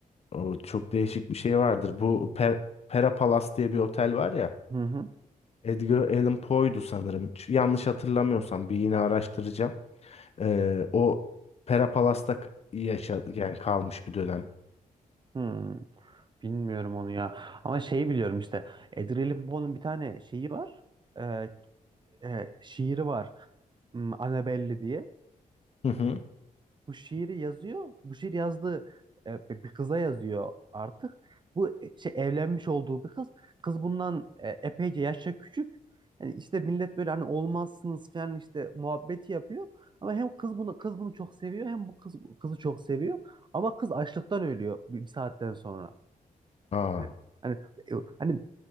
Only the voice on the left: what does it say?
O çok değişik bir şey vardır. Bu Per- Pera Palace diye bir otel var ya.
Edgar Allan Poe'ydu sanırım. Ç- Yanlış hatırlamıyorsam bir yine araştıracağım. E, o Pera Palace'da k- yaşa yani kalmış bir dönem.
Hı hı.
Aa.